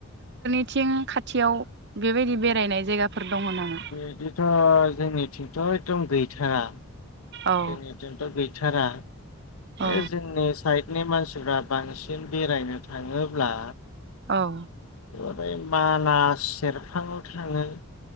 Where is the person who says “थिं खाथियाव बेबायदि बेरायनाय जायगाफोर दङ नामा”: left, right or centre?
Right